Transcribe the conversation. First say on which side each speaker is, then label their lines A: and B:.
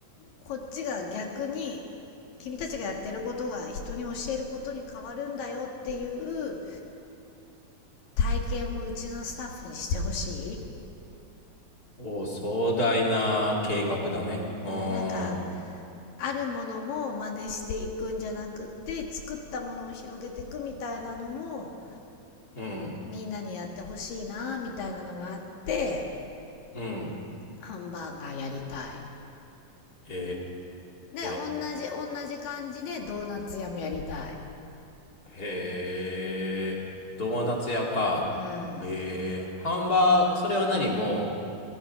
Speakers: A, on the left; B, on the left.
A: こっちが逆に君たちがやってることが人に教えることに変わるんだよっていう体験をうちのスタッフにしてほしい。
B: お、壮大な計画だね。
A: うん、
B: うーん。
A: なんかあるものを真似していくんじゃなくって作ったものを広げていくみたいなのも
B: うん。
A: みんなにやってほしいなみたいなのがあって
B: うん。
A: ハンバーガーやりたい。
B: へ
A: で同じ同じ感じでドーナツ屋もやりたい。
B: え。へえ。ドーナツ屋か。
A: うん。
B: へえ。ハンバー、それは何もう